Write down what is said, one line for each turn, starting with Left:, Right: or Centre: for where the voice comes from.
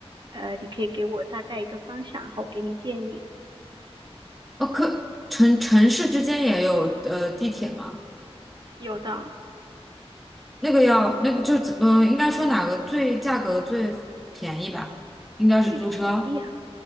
Right: 呃，你可以给我大概一个方向，然后我给你建议。
Centre: 哦，可城城市之间也有呃地铁吗？
Right: 有的，
Centre: 那个要那个就怎，呃，应该说哪个最价格最便宜吧？应该是租车。
Right: 最便宜。啊。